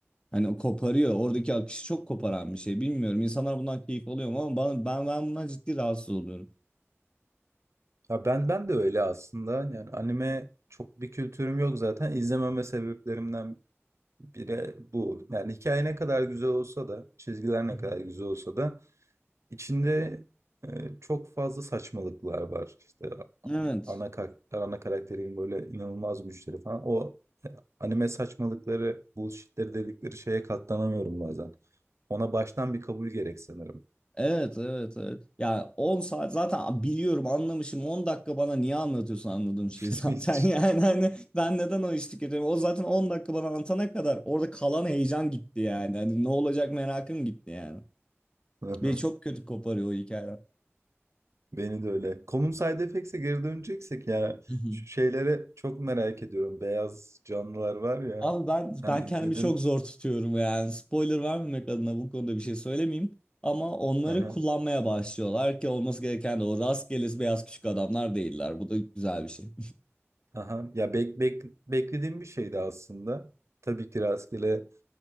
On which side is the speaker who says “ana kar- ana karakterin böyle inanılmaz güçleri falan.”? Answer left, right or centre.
Right